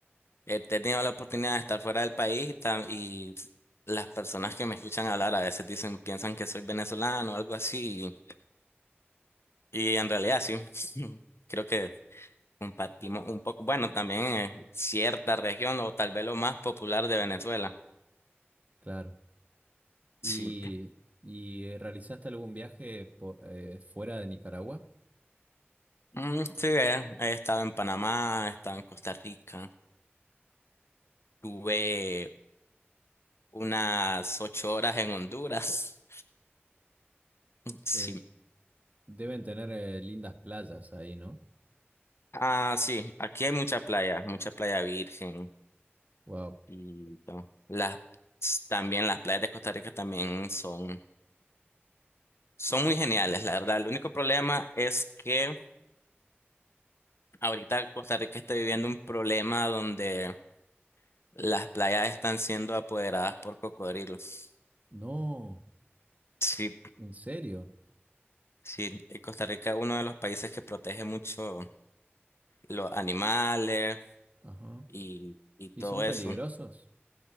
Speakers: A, on the left; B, on the right.
A: he tenido la oportunidad de estar fuera del país y, tam- y las personas que me escuchan hablar a veces dicen, piensan que soy venezolano o algo así. Y en realidad sí, <laughs> creo que compartimos un poco, bueno, también eh, cierta región o tal vez lo más popular de Venezuela.
B: claro. ¿Y,
A: Sí,
B: y eh, realizaste algún viaje po- eh, fuera de Nicaragua?
A: Mm, sí, eh, he estado en Panamá, he estado en Costa Rica, tuve unas ocho horas en Honduras. <laughs> Sí,
B: Eh, deben tener eh, lindas playas ahí, ¿no?
A: ah, sí, aquí hay mucha playa, mucha playa virgen
B: Wow.
A: y no, las también las playas de Costa Rica también son son muy geniales, la verdad. El único problema es que Ahorita Costa Rica está viviendo un problema donde las playas están siendo apoderadas por cocodrilos.
B: No,
A: Sí,
B: ¿en serio?
A: sí, y Costa Rica es uno de los países que protege mucho los animales
B: Ajá.
A: y, y todo
B: ¿Y son
A: eso.
B: peligrosos?